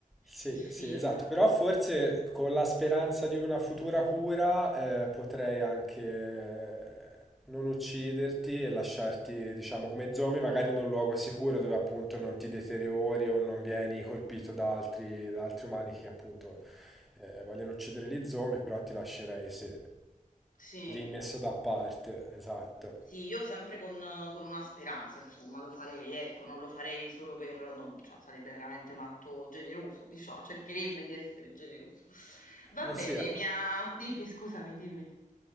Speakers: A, in the centre; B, on the left (about 70°).
A: Sì,
B: il film.
A: sì, esatto, però forse con la speranza di una futura cura eh, potrei anche eh, non ucciderti e lasciarti, diciamo, come zombie, magari in un luogo sicuro dove appunto non ti deteriori o non vieni colpito da altri, da altri umani che appunto eh, vogliono uccidere gli zombie, però ti lascerei, sì,
B: Sì,
A: lì messo da parte, esatto.
B: sì, io sempre con, con una speranza, insomma, lo farei, ecco, non lo farei solo per, non, cioè, sarebbe veramente un atto generoso, diciamo, cercherebbe di essere generoso. Va
A: Eh
B: bene,
A: sì, eh.
B: mi ha... Dimmi, scusami, dimmi.